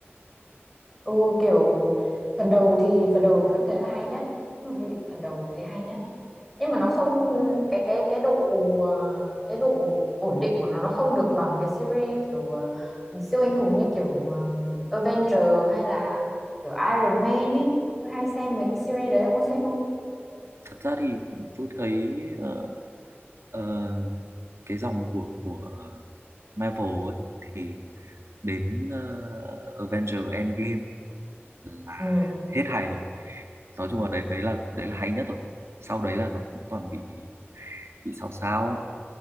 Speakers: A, in the centre; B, on the right.
A: Ừ kiểu phần đầu thì phần đầu vẫn thấy là hay nhất. Nhưng mà cái gì cũng phần đầu thấy hay nhất nhưng mà nó không cái cái cái độ ờ, cái độ ổn định của nó nó không được bằng cái series kiểu ờ, siêu anh hùng như kiểu ờ, Avenger hay là kiểu Iron Man ấy tôi hay xem mấy cái series đấy ông có xem không
B: thật ra thì tôi thấy ờ, ờ, cái dòng của của ờ, Marvel ấy, thì đến ờ, Avengers Endgame là
A: ừ.
B: hết hài nói chung là đấy đấy là đấy là hay nhất rồi sau đấy là nó cũng toàn bị bị sao sao ấy